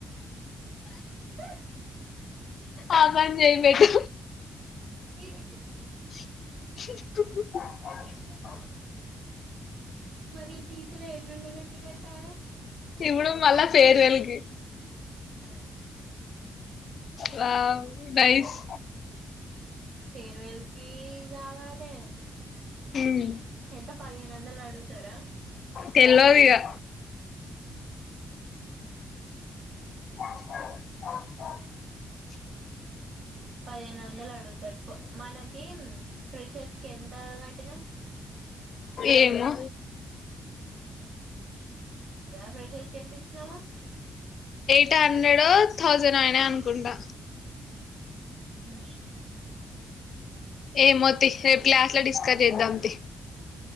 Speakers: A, on the right; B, on the left.
A: <unintelligible>
B: ఆ పనిచేయి లేకు
A: ఎప్పుడ్
B: <unintelligible>
A: మరి పిజులు ఎనుండి తెచ్చి కట్టాలి.
B: ఇప్పుడు మళ్ళ ఫేర్వేల్ కి
A: ఊ
B: వావ్ నైస్
A: పెరవెల్కి కావలే ము
B: మ్
A: ఎంత పదిహేను వందలు అడుగుతారా,
B: తెల్వదిగా
A: ఉ
B: <unintelligible>
A: పదిహేను వందలు అడుగుతరు మనకి ప్రెషర్స్ కి ఎంత కట్టినం
B: ఏమో
A: ప్రెషేస్కి ఎంత ఇచ్చినము,
B: ఎ హండ్రెడ్ థౌజండ్ అయినా అనుకుంటా,
A: ఉ
B: ఏమోతి రేపు క్లాస్ లో డిస్కస్ చేద్దాంతీ,